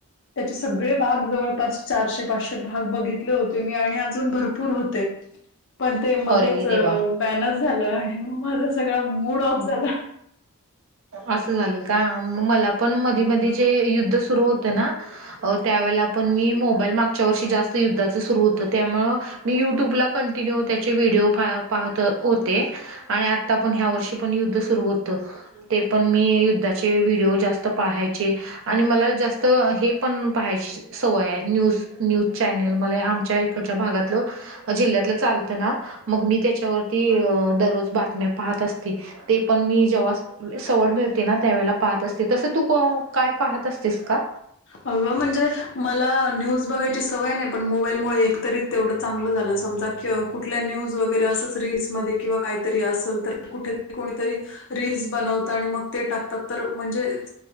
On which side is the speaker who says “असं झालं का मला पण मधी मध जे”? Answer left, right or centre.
Right